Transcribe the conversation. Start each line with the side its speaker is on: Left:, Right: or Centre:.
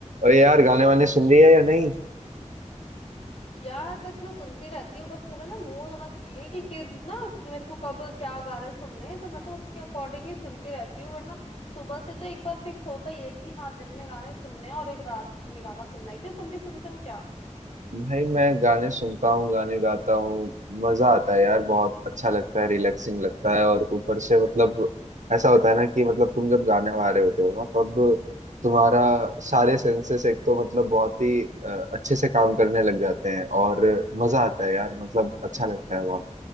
Right: और यार गाने वाने सुन रही है या नहीं
Left: यार बस मैं सुनती रहती हूँ बस मेरा ना मूड होना चाहिए कि, कि ना मेरे को कब क्या गाने सुनने हैं तो मैं तो उसके अकॉर्डिंग ही सुनती रहती हूँ वरना सुबह से तो एक बार फिक्स होता ही है कि हाँ दिन में गाने सुनने हैं और एक रात में गाना सुनना है क्यों तुम भी सुनते हो क्या
Right: भाई मैं गाने सुनता हूँ गाने गाता हूँ मजा आता है यार बहुत अच्छा लगता है रिलैक्सिंग लगता है और ऊपर से मतलब ऐसा होता है ना कि मतलब तुम जब गाने गा रहे होते हो ना तब तुम्हारा सारे सेंसेस एक तो मतलब बहुत ही अ, अच्छे से काम करने लग जाते हैं और मजा आता है यार मतलब अच्छा लगता है बहुत